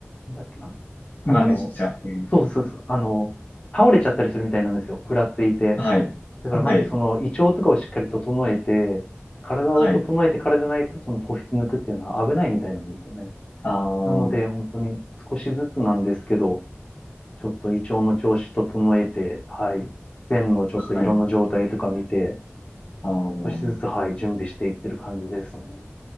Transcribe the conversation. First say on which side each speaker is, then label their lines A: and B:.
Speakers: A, on the left; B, on the left.
A: なんだっけな、あの、
B: マネージャー。うん
A: そうそうそう、あの、倒れちゃったりするみたいなんですよ、ふらついて。
B: はい、
A: だからまずその胃腸とかをしっかり整えて、
B: はい、
A: 体を整えてからじゃないとその糖質抜くっていうのは危ないみたいなんですよね。
B: はい。ああ、
A: なので本当に少しずつなんですけど、ちょっと胃腸の調子整えて、はい、便のちょっと色の状態とか見て、
B: はい。あの、
A: 少しずつ、はい、準備していってる感じですね。